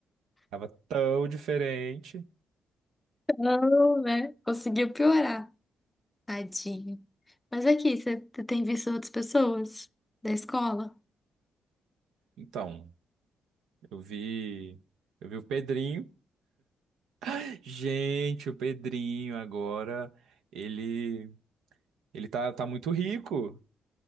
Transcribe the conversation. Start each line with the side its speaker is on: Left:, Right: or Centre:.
Right: Tava tão diferente.
Left: Não, né? Conseguiu piorar. Tadinho. Mas aqui, você tem visto outras pessoas da escola?
Right: Então, eu vi. Eu vi o Pedrinho. <laughs> Gente, o Pedrinho agora. Ele. Ele tá, tá muito rico.